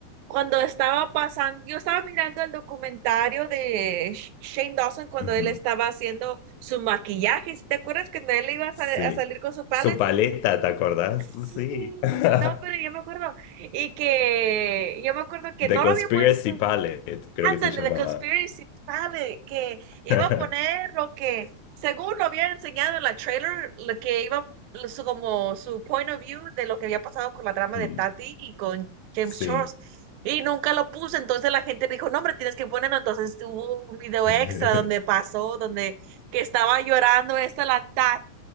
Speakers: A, on the right; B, on the left.
A: cuando estaba pasando, yo estaba mirando el documentario de Sh- Shane Dawson cuando
B: Ujú.
A: él estaba haciendo su maquillaje. ¿Sí te acuerdas que él iba a, sal-
B: Sí.
A: a salir con su paleta?
B: Su paleta, ¿te acordás?
A: Sí,
B: Sí. <laughs>
A: no, pero yo me acuerdo. Y que yo me acuerdo que
B: The
A: no
B: Conspiracy
A: lo había puesto.
B: Palette, creo
A: Ándale,
B: que se llamaba.
A: de Conspiracy Planet, que iba
B: <laughs>
A: a poner lo que, según lo había enseñado en la trailer, lo que iba, lo- su, como su point of view de lo que había pasado con la trama
B: Mm,
A: de Tati y con James
B: Sí.
A: Charles. Y nunca lo puse, entonces la gente dijo, no, hombre, tienes que ponerlo. Entonces hubo un video
B: <laughs>
A: extra donde pasó, donde que estaba llorando esta la Tati